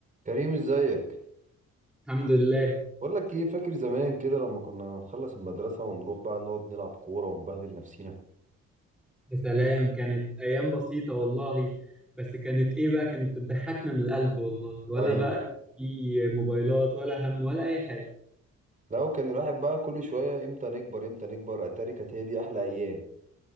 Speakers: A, on the right; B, in the centre.
A: كريم ازيك
B: الحمد لله
A: بقول لك ايه فاكر زمان كده لما كنا نخلص المدرسة ونروح بقى نقعد نلعب كورة ونبهدل نفسينا
B: يا سلام كانت ايام بسيطه والله بس كانت ايه بقى كانت بتضحكنا من القلب والله ولا
A: ايوه
B: بقى كان في موبايلات ولا هم ولا اي حاجه
A: لو كان الواحد بقى كل شوية امتى نكبر امتى نكبر اتاري كانت هي دي احلى ايام